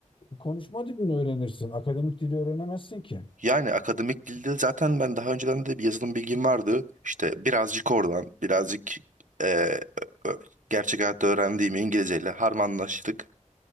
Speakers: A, on the left (about 40°); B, on the right (about 80°).
A: konuşma dilini öğrenirsin. Akademik dili öğrenemezsin ki.
B: Yani akademik dilde zaten ben daha önceden de bir yazılım bilgim vardı. İşte birazcık oradan, birazcık e, ö- ö- gerçek hayatta öğrendiğim İngilizceyle harmanlaştık.